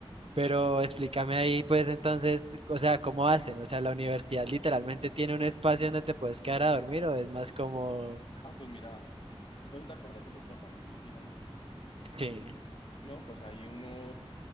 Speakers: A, on the right (about 65°); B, on the left (about 60°).
A: Pero explícame ahí, pues entonces, o sea, ¿cómo hacen? O sea, ¿la universidad literalmente tiene un espacio donde te puedes quedar a dormir o es más como...
B: Ah, pues mira, si vos sí te acordás de los sótanos, me imagino, ¿no?
A: Sí.
B: No, pues ahí uno,